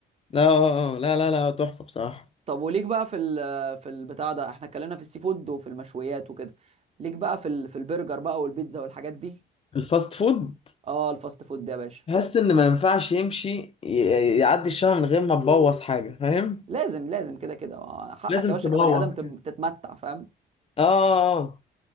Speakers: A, on the left; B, on the right.
A: لا لا لا لا تحفه بصراحه
B: طب وليك بقى في ال في البتاع ده احنا اتكلمنا في السي فود وفي المشويات وكده ليك بقى في ال في البرجر بقى والبيتزا والحاجات دي
A: الفاست فود
B: اه الفاست فود ده يا باشا
A: تحس ان ما ينفعش يمشي ي- يعدي الشهر من غير ما تبوظ حاجه فاهم
B: لازم لازم كده كده آه، حقك
A: لازم
B: يا باشا
A: تبوظ
B: كبني ادم تب-
A: كده
B: تتمتع فاهم
A: اه